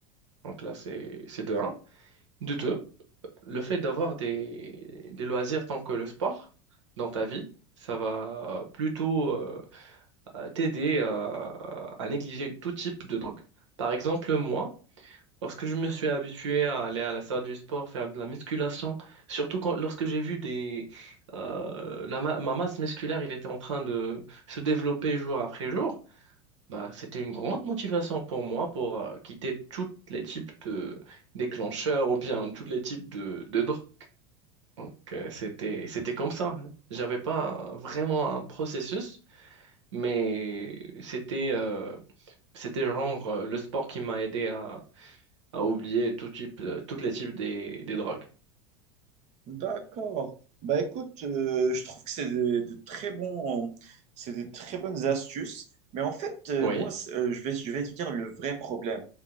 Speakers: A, on the right; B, on the right.
A: Donc, là, c'est, c'est de un. De 2, le fait d'avoir des, des loisirs tant que le sport dans ta vie, ça va plutôt euh, euh, t'aider euh, à négliger tout type de drogue. Par exemple, moi, lorsque je me suis habitué à aller à la salle du sport, faire de la musculation, surtout quand, lorsque j'ai vu des, euh, la ma, ma masse musculaire, il était en train de se développer jour après jour, bah, c'était une grande motivation pour moi pour euh, quitter tous les types de déclencheurs ou bien tous les types de, de drogues. Donc, euh, c'était, c'était comme ça. J'avais pas euh, vraiment un processus, mais c'était, euh, c'était genre euh, le sport qui m'a aidé à, à oublier tout type, euh, tous les types des, des drogues.
B: D'accord. Bah écoute, euh, je trouve que c'est des, des très bons, c'est des très bonnes astuces. Mais en fait, euh,
A: Oui.
B: moi, c'est- euh, je vais, je vais te dire le vrai problème.